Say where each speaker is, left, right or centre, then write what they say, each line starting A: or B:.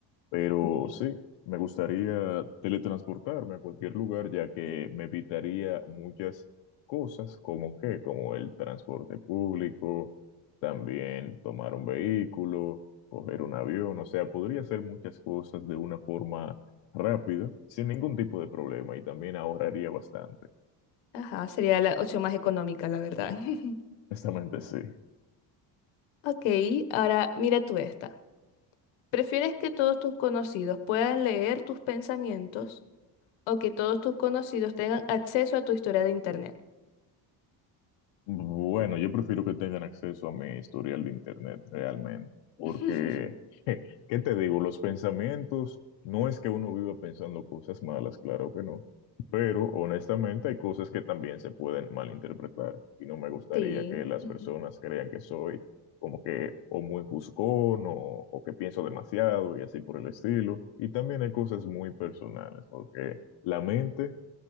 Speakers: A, on the left; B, on the left.
A: Pero
B: entiendo.
A: sí, me gustaría teletransportarme a cualquier lugar, ya que me evitaría muchas cosas, como que, como el transporte público, también tomar un vehículo, coger un avión, o sea, podría hacer muchas cosas de una forma rápida, sin ningún tipo de problema, y también ahorraría bastante.
B: Ajá, sería la opción más económica, la verdad. <laughs>
A: <laughs> Honestamente, sí.
B: Ok, ahora mira tú esta. ¿Prefieres que todos tus conocidos puedan leer tus pensamientos o que todos tus conocidos tengan acceso a tu historia de internet?
A: Bueno, yo prefiero que tengan acceso a mi historial de internet realmente, porque,
B: <laughs>
A: <laughs> ¿qué te digo? Los pensamientos, no es que uno viva pensando cosas malas, claro que no, pero honestamente hay cosas que también se pueden malinterpretar y no me gustaría
B: Sí,
A: que las
B: ujú,
A: personas crean que soy como que o muy juzgón o, o que pienso demasiado y así por el estilo. Y también hay cosas muy personales, porque la mente